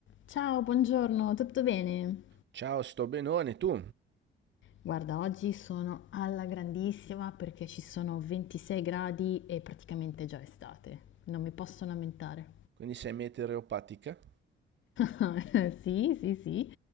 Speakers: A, on the left (about 75°); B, on the right (about 65°).
A: Ciao, buongiorno, tutto bene?
B: Ciao, sto benone, tu?
A: Guarda, oggi sono alla grandissima perché ci sono 26 gradi e praticamente è già estate. Non mi posso lamentare.
B: Quindi sei meteoropatica?
A: <laughs> Sì, sì, sì.